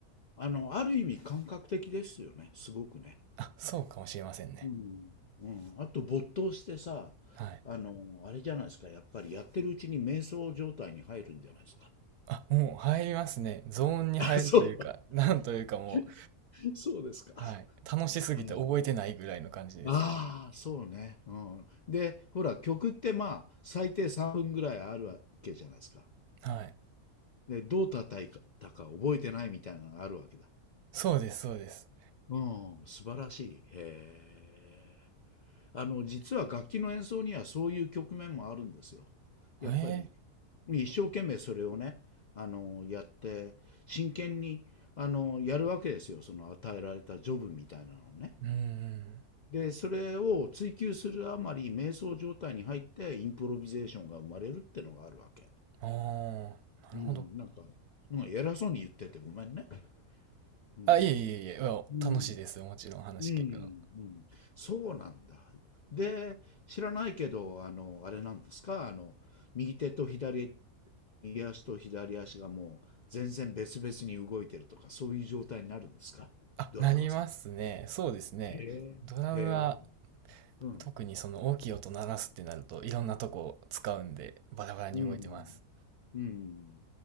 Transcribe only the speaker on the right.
あ、そうかもしれませんね。
はい。
あ、もう入りますね。ゾーンに入るというか、
なんというかも
う、はい。楽しすぎて覚えてないぐらいの感じです。
はい。
そうです、そうです。
え
ー、うん
うん。ああ、なるほど。
あ、いえいえいえ、いや楽しいです。
もちろん話聞くの。
あ、なりますね。そうですね。
ドラムは
特にその大きい音鳴らすってなるといろんなとこ使うんでバラバラに動いてます。